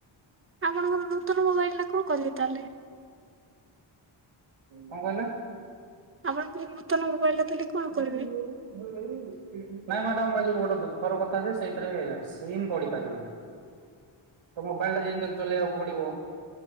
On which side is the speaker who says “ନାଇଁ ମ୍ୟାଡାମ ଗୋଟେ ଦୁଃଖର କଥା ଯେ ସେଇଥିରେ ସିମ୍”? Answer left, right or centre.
Right